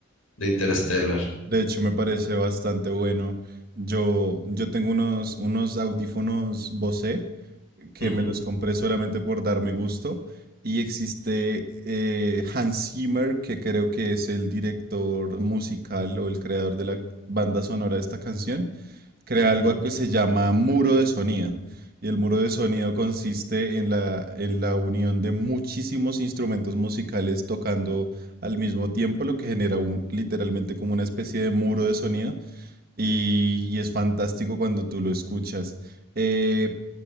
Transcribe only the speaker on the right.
De hecho, me parece bastante bueno. Yo, yo tengo unos, unos audífonos Bose. que
me los compré solamente por darme gusto. Y existe eh, Hans Zimmer, que creo que es el director musical o el creador de la banda sonora de esta canción. Crea
algo que se llama muro de sonido. Y el muro de sonido consiste en la, en la unión de muchísimos instrumentos musicales tocando al mismo tiempo, lo que genera un- literalmente como una especie de muro de sonido. Y, y es fantástico cuando tú lo escuchas. Eh,